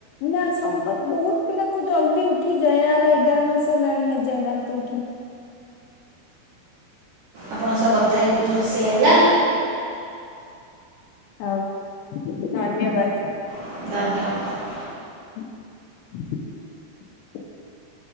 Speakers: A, on the left; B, on the right.
A: ନା ସମ ବହୁତ ପିଲାଙ୍କୁ ଜଲ୍ଦି ଉଠିଯାଏ ଆର ଏଗାର ମାସ ହେଲାଣି ଏଯାଏ ଦାନ୍ତ ଉଠିନି। <inaudible>
B: ଆପଣଙ୍କ ସହ କଥା ହେଇି ବହୁତ ଖୁସି ଲାଗିଲା
A: ହଉ ଧନ୍ୟବାଦ।
B: ଧନ୍ୟବାଦ।
A: <inaudible>